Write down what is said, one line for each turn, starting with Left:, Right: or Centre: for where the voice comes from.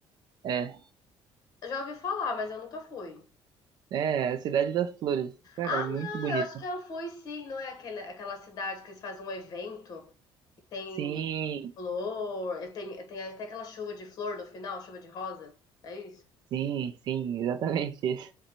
Right: É,
Left: Eu já ouvi falar, mas eu nunca fui.
Right: né, é a cidade das flores. Cara,
Left: Ah,
Right: é muito
Left: não,
Right: bonita.
Left: eu acho que eu fui sim, não é aquela, aquela cidade que eles fazem um evento que tem
Right: Sim,
Left: flor, e tem, tem até aquela chuva de flor no final, chuva de rosa. É isso?
Right: sim, sim, exatamente <laughs> isso.